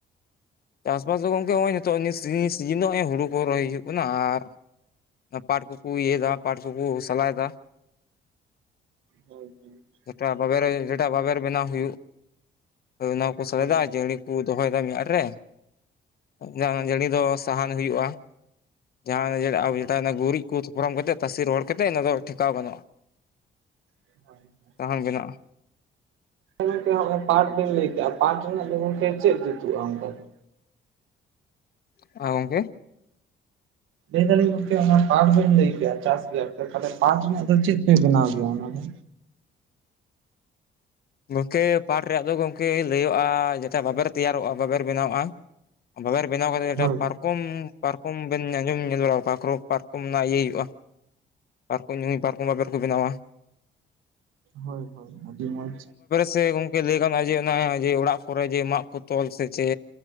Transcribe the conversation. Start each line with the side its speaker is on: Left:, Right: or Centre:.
Left: ᱪᱟᱥ ᱵᱟᱥ ᱫᱚ ᱜᱚᱢᱠᱮ ᱚᱜ-ᱚᱭ ᱱᱤᱛᱚᱜ ᱱᱤᱛ ᱥᱤᱡᱤᱱ ᱱᱚᱜ-ᱚᱭ ᱦᱩᱲᱩ ᱠᱚ ᱨᱚᱦᱚᱭ ᱦᱩᱭᱩᱜ ᱠᱟᱱᱟ ᱟᱨ ᱚᱱᱟ ᱯᱟᱴ ᱠᱚᱠᱚ ᱤᱭᱟᱹᱭ ᱫᱟ ᱯᱟᱴ ᱠᱚᱠᱚ ᱥᱟᱞᱟᱭ ᱫᱟ᱾
Right: ᱦᱳᱭ ᱦᱳᱭ
Left: ᱡᱮᱴᱟ
Right: ᱟᱹᱰᱤ
Left: ᱵᱟᱵᱮᱨ
Right: ᱢᱚᱡᱽ
Left: ᱡᱮᱴᱟ ᱵᱟᱵᱮᱨ ᱵᱮᱱᱟᱣ ᱦᱩᱭᱩᱜ᱾ ᱦᱳᱭ ᱱᱚᱣᱟ ᱠᱚ ᱥᱟᱞᱟᱭ
Right: ᱦᱳᱭ
Left: ᱫᱟ ᱟᱨ ᱡᱟᱝᱨᱤ ᱠᱚ ᱫᱚᱦᱚᱭ ᱫᱟ ᱢᱤᱫ ᱟᱨᱤ ᱨᱮ ᱡᱟᱦᱟᱱ ᱡᱟᱹᱲᱤ ᱫᱚ ᱥᱟᱦᱟᱱ ᱦᱩᱭᱩᱜ-ᱟ ᱡᱟᱦᱟᱸ ᱟᱵᱚ ᱡᱮᱴᱟ ᱜᱩᱨᱤᱡ ᱠᱚ ᱛᱷᱚᱯᱨᱟᱢ ᱠᱟᱛᱮᱫ ᱛᱟᱥᱮ ᱨᱚᱦᱚᱲ ᱠᱟᱛᱮᱫ ᱚᱱᱟ ᱫᱚ ᱴᱷᱮᱠᱟᱣ ᱜᱟᱱᱚᱜ-ᱟ <unintelligible>
Right: <inaudible>
Left: ᱥᱟᱦᱟᱱ ᱵᱮᱱᱟᱜ-ᱟ
Right: ᱪᱷᱟ ᱜᱚᱢᱠᱮ ᱯᱟᱴ ᱵᱮᱱ ᱞᱟᱹᱭ ᱠᱟᱜ-ᱟ ᱯᱟᱴ ᱨᱮᱱᱟᱜ ᱫᱚ ᱜᱚᱢᱠᱮ ᱪᱮᱫ ᱡᱩᱛᱩᱜ-ᱟ ᱚᱱᱠᱟ ᱫᱚ
Left: ᱟ ᱜᱚᱝᱠᱮ
Right: ᱞᱟᱹᱭ ᱫᱟᱞᱤᱧ ᱜᱚᱝᱠᱮ ᱚᱱᱟ ᱯᱟᱴ ᱵᱮᱱ ᱞᱟᱹᱭ ᱠᱮᱭᱟ ᱪᱟᱥ ᱜᱮᱭᱟ ᱯᱮ ᱛᱟᱦᱚᱞᱮ ᱯᱟᱴ ᱨᱮᱱᱟᱜ ᱫᱚ ᱪᱮᱫ ᱯᱮ ᱵᱮᱱᱟᱣ ᱜᱮᱭᱟ ᱚᱱᱟ ᱫᱚ
Left: ᱜᱚᱝᱠᱮ ᱯᱟᱴ ᱨᱮᱭᱟᱜ ᱫᱚ ᱜᱚᱝᱠᱮ ᱞᱟᱹᱭᱟᱹᱜ-ᱟ ᱡᱮᱴᱟ ᱵᱟᱵᱮᱨ ᱛᱮᱭᱟᱨᱚᱜ-ᱟ ᱵᱟᱵᱮᱨ ᱵᱮᱱᱟᱣ-ᱟ ᱵᱟᱵᱮᱨ ᱵᱮᱱᱟᱣ ᱠᱟᱛᱮᱫ
Right: ᱦᱳᱭ
Left: ᱡᱮᱴᱟ ᱯᱟᱨᱠ ᱠᱚᱢ ᱯᱟᱨᱠᱚᱢ ᱵᱮᱱ ᱟᱸᱡᱚᱢ ᱧᱮᱞ ᱵᱟᱲᱟ ᱯᱟᱨᱠᱚᱢ ᱯᱟᱨᱠᱚᱢ ᱨᱮᱱᱟᱜ ᱤᱭᱟᱹ ᱦᱩᱭᱩᱜ-ᱟ ᱯᱟᱨᱠᱚᱢ ᱧᱩᱭ ᱯᱟᱨᱠᱚᱢ ᱵᱟᱵᱮᱨ ᱠᱚ ᱵᱮᱱᱟᱣᱟ
Right: ᱦᱳᱭ ᱦᱳᱭ ᱟᱹᱰᱤ ᱢᱚᱸᱡᱽ
Left: ᱪᱮ ᱜᱚᱝᱠᱮ ᱞᱟᱹᱭ ᱜᱟᱱᱚᱜ-ᱟ ᱡᱮ ᱚᱱᱟ ᱡᱮ ᱚᱲᱟᱜ ᱠᱚᱨᱮ ᱡᱮ ᱢᱟᱜ ᱠᱚ ᱛᱚᱞ ᱥᱮ ᱪᱮ